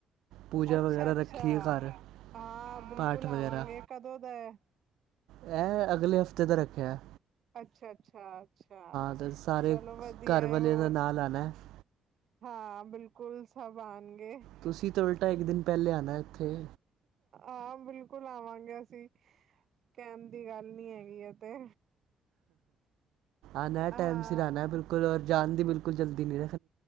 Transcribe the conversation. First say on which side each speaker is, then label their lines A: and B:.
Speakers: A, on the right; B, on the right.
A: ਪੂਜਾ
B: ਅੱਛਾ,
A: ਵਗੈਰਾ
B: ਅੱਛਾ।
A: ਰੱਖੀ ਘਰ,
B: ਹਾਂ ਬਿਲਕੁਲ
A: ਪਾਠ ਵਗੈਰਾ।
B: ਆਵਾਂਗੇ ਕਦੋਂ ਦਾ ਐ?
A: ਮੈਹਾ ਅਗਲੇ ਹਫ਼ਤੇ ਦਾ ਰੱਖੇਆ।
B: ਅੱਛਾ-ਅੱਛਾ-ਅੱਛਾ
A: ਤੇ ਸਾਰੇ
B: ਚਲੋ ਵਧੀਆ
A: ਘਰ ਵਾਲਿਆਂ
B: ਹੋਰ
A: <inaudible>
B: ਹਾਂ ਬੇਲਕੁਲ ਸਭ ਆਣਗੇ।
A: ਤੁਸੀਂ ਤਾਂ ਉਲਟਾ ਏਕ ਦੇਨ ਪੈਲੇ ਆਣਾ ਏਥੇ।
B: ਆ ਬੇਲਕੁਲ ਆਵਾਂਗੇ ਅਸੀਂ ਟੈਮ ਦੀ ਗੱਲ ਈ ਹੈਗੀ ਏ ਤੇ।
A: ਆਨੈ
B: ਹਾਂ
A: ਟੈਮ ਸੀਰ ਆਨੈ ਬੇਲਕੁਲ ਔਰ ਜਣ ਦੀ ਬੇਲਕੁਲ ਜਲਦੀ ਨੀ